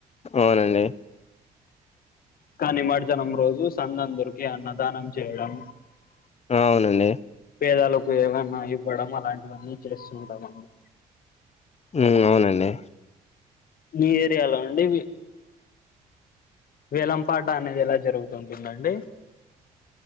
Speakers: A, on the left (about 40°); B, on the left (about 60°).
A: అవునండి
B: కా నిమర్జనం రోజు సందందరికి అన్న దానం చేయడం
A: అవునండి
B: పేదాలకు ఏమన్నా ఇవ్వడం అలాంటివన్నీ చేస్తుంటామండి
A: ఉమ్ అవునండి
B: మీ ఏరియాలో అండి వేలం పాట అనేది ఎలా జరుగుతుంది <unintelligible>